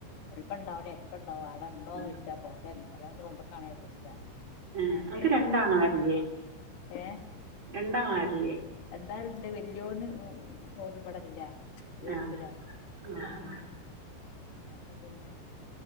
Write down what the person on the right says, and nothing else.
ഉം.
ഉം അന്ക്ക് രണ്ടാങ്ങളാരില്ലേ?
രണ്ടാങ്ങളാരില്ലെ?
ആ ആ ആ